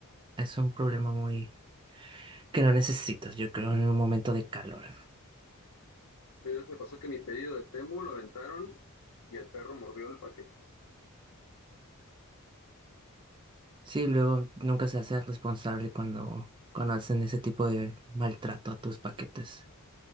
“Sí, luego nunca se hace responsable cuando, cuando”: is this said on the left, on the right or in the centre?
Right